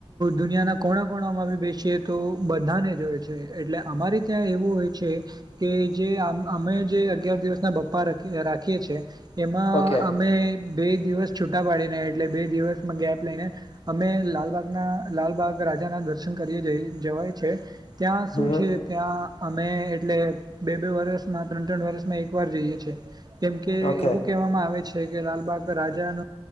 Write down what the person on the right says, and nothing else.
દુનિયાના કોણા કોણામાં ભી બેસીએ તો બધાને જો હોય એટલે અમારે ત્યાં એવું હોય છે. કે જે અમે જે અગયાર દિવસ ના પપ્પા રાખીએ છે એમાં
અમે બે દિવસ છૂટા પાડીને એટલે બે દિવસમાં ગેપ લઈને અમે લાલબાગના લાલબાગ રાજાના દર્શન કરીએ જઈ જવાય છે ત્યાં
શું છે ત્યાં અમે એટલે બે બે વર્ષમાં ત્રણ ત્રણ વર્ષમાં એક વાર જઈએ છીએ કેમ કે
એવું કહેવામાં આવે છે કે લાલબાગ રાજા ન